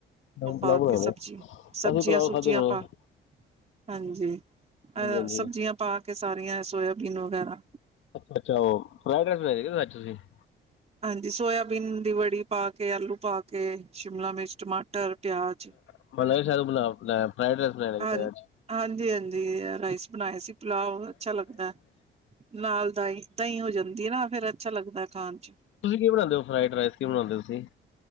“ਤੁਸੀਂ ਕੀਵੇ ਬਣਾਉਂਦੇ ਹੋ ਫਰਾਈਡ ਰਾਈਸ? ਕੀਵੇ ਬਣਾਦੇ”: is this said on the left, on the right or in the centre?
Left